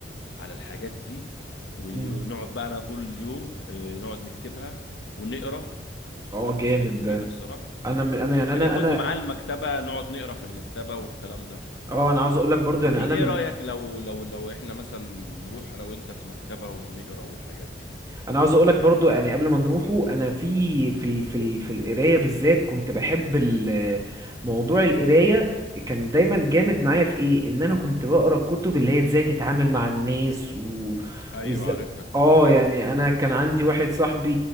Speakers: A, on the left; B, on the right.
A: على الحاجات دي ونقعد
B: مم.
A: بقى انا طول اليوم آه، نقعد نكتبها ونقرا
B: اه
A: لا
B: جامد
A: بس كانت جميلة
B: ده
A: الصراحة
B: انا من انا يعني
A: وكان
B: انا
A: ياخدني
B: انا
A: معاه المكتبة نقعد نقرا في المكتبة والكلام ده
B: اه انا عاوز اقول لك برضو يعني
A: ما تي
B: انا
A: ايه
B: من
A: رأيك لو لو لو احنا مثلا نروح انا وانت في مكتبة ونقرا والحاجات دي
B: انا عاوز اقولك برضو يعني قبل ما نروحه انا في في ال- في ال- في القرايه بالذات كنت بحب ال- موضوع القرايه كان دايما جامد معايا في ايه ان انا كنت بقرا الكتب اللي هي ازاي تتعامل مع الناس و
A: أيوه
B: وازاي
A: عارفها الكتب
B: اه
A: دي
B: يعني انا كان عندي واحد صاحبي